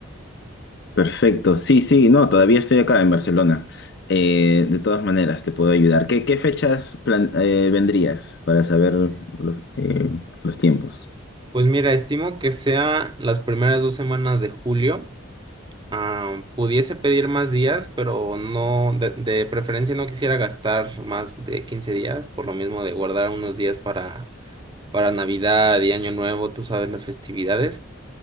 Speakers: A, on the left; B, on the right.
A: Perfecto, sí, sí, no, todavía estoy acá en Barcelona. Eh, de todas maneras, te puedo ayudar. ¿Qué, qué fechas plan- eh, vendrías para saber los, eh, los tiempos?
B: Pues mira, estimo que sea las primeras dos semanas de julio. Ah, pudiese pedir más días, pero no, de, de preferencia no quisiera gastar más de 15 días, por lo mismo de guardar unos días para, para Navidad y Año Nuevo, tú sabes, las festividades.